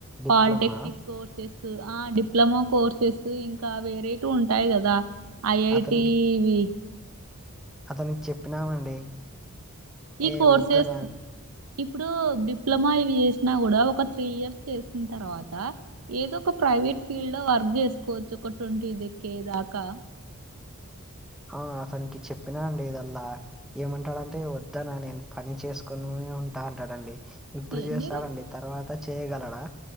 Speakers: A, in the centre; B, on the right.
A: డిప్లొమా
B: పాలిటెక్నిక్ కోర్సెస్ ఆ డిప్లొమా కోర్సెస్ ఇంకా ఆ వేరే ఉంటాయి కదా ఐఐటీవి
A: అతనికి అతనికి చెప్పినామండి
B: ఇ
A: ఏ
B: కోర్సెస్
A: వద్దనా
B: ఇప్పుడు డిప్లొమా ఇవి చేసినా కూడా ఒక త్రీ ఇయర్స్ చేసిన తర్వాత ఏదో ఒక ప్రైవేట్ ఫీల్డ్ లో వర్క్ చేసుకోవచ్చు ఒక ట్వంటీ దక్కే దాకా
A: ఆ అతనికి చెప్పినా అండి ఇదల్లా ఏమంటాడంటే వద్దనా నేను పని చేసుకొనే ఉంటా అంటాడండి ఇప్పుడు
B: ఎన్ని
A: చేస్తాడండి
B: రోజులు
A: తర్వాత చేయగలడా